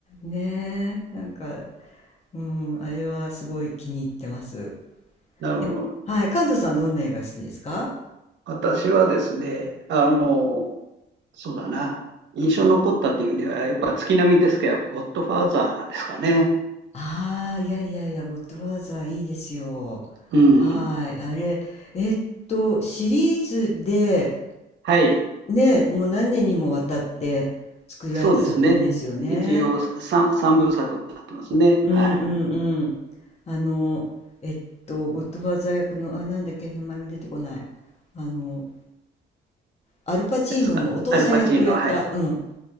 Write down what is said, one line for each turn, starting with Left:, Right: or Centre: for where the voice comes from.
Left: ねえ。なんか、うん、あれはすごい気に入ってます。
Right: なるほど。
Left: え、はい。関東さんはどんな映画好きですか
Right: 私はですね、あの、そうだな。印象に残ったっていう意味では、やっぱ月並みですけど、ゴッドファーザーですかね。
Left: ああ、いやいやいや、ゴッドファーザーいいですよ。
Right: うん。
Left: はい。あれ、えっと、シリーズで、
Right: はい。
Left: ね、もう何年にもわたって作られた作品ですよね。
Right: そうですね。一応3、三部作になってますね。
Left: うんうんうん。
Right: はい。
Left: あの、えっと、ゴッドファーザー役の、あ、なんだっけ、名前が出てこない。あの、アルパチーノのお父さん役をやった、
Right: ですか。アルパチーノ、はい。
Left: うん。